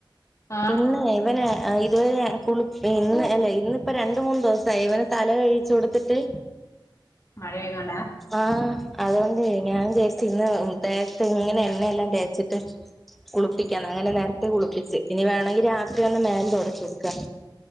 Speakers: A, on the left; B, in the centre.
A: ആഹ്
B: ഇന്ന് ഇവനെ ഇതുവരെ കുള് ഇന്ന് അല്ല ഇന്ന് ഇപ്പ രണ്ട് മൂന്ന് ദിവസായി ഇവന തല കഴിച്ചു കൊടുത്തിട്ട്
A: മഴയൊക്കെ ഉണ്ട
B: ആഹ് അതുകൊണ്ട് ഞാൻ വിചാരിച്ച് ഇന്ന് തേത്ത് ഇങ്ങനെ എണ്ണയെല്ലാം തേച്ചിട്ട് കുളിപ്പിക്കാംന്ന് അങ്ങനെ നേരത്തെ കുളിപ്പിച്ച് ഇനി വേണെങ്കി രാത്രി ഒന്ന് മേൽ തുടച്ചു കൊടുക്കാം